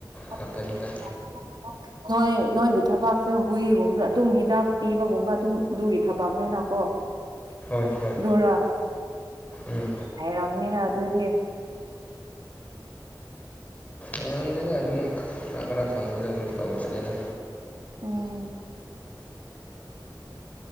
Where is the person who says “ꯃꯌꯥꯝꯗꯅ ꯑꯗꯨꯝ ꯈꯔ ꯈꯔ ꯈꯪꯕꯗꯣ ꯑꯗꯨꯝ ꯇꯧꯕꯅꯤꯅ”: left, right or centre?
Left